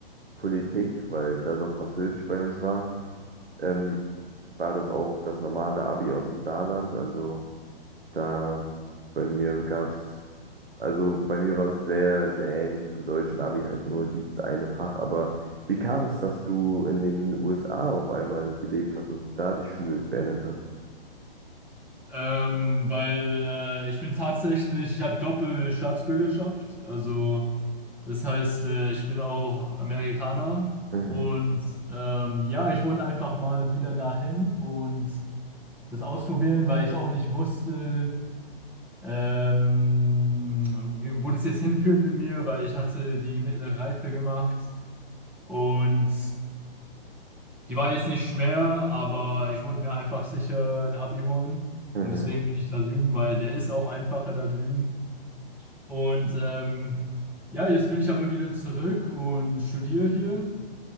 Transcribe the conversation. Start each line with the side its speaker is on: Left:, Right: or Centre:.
Right: Politik, weil das auf Französisch bei uns war, ähm, war das auch das normale Abi aus dem Saarland. Also da bei mir gab's, also bei mir war es sehr, sehr ähnlich zum deutschen Abi, halt nur dieses eine Fach. Aber wie kam es, dass du in den USA auf einmal gelebt hast und da die Schule beendet hast?
Centre: Ähm, weil äh, ich bin tatsächlich, ich habe Doppelstaatsbürgerschaft. Also das heißt, äh, ich bin auch Amerikaner.
Right: Mhm.
Centre: Und ähm, ja, ich wollte einfach mal wieder dahin und das ausprobieren, weil ich auch nicht wusste, ähm, wie, wo das jetzt hinführt mit mir, weil ich hatte die mittlere Reife gemacht. Und Die war jetzt nicht schwer, aber ich wollte mir einfach sicher ein Abi holen.
Right: Mhm.
Centre: Und deswegen bin ich da drüben, weil der ist auch einfacher da drüben. Und ähm, ja, jetzt bin ich aber wieder zurück und studiere hier.